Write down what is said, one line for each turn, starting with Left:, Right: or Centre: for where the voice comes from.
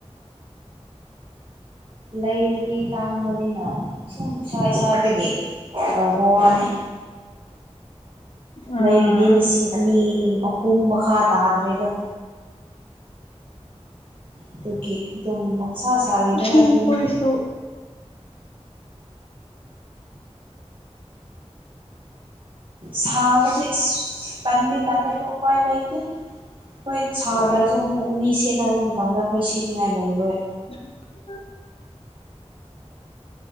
Right: ꯂꯩꯔꯗꯤ ꯇꯥꯡꯕꯅꯤꯅ ꯑꯁꯨꯝ ꯏꯁꯥ ꯏꯁꯥꯗꯒꯤ ꯇꯧꯕ ꯋꯥꯅꯤ
Left: ꯑꯥ
Right: ꯂꯩꯔꯗꯤ ꯂꯤꯁꯤꯡ ꯑꯅꯤ ꯑꯍꯨꯝ ꯃꯈꯥ ꯇꯥꯗ꯭ꯔꯦꯗꯣ ꯑꯗꯨꯒꯤ ꯑꯗꯨꯝ ꯄꯪꯁꯥ ꯁꯥꯔꯤꯕ
Left: ꯐꯤ
Right: ꯍꯥꯏꯕꯗꯨꯅ
Left: ꯈꯣꯏꯁꯨ
Right: ꯁꯥꯕꯁꯤ ꯇꯟꯗꯤ ꯇꯂꯦꯗꯣ ꯎꯄꯥꯏ ꯂꯩꯇꯦ ꯑꯩꯈꯣꯏ ꯁꯥꯗ꯭ꯔꯁꯨ ꯑꯃꯨꯛ ꯃꯤ ꯁꯦꯠꯅꯕ ꯃꯇꯝꯗ ꯑꯩꯈꯣꯏ ꯁꯦꯠꯅꯤꯡꯉꯥꯏ ꯂꯩꯔꯣꯏ
Left: <unintelligible>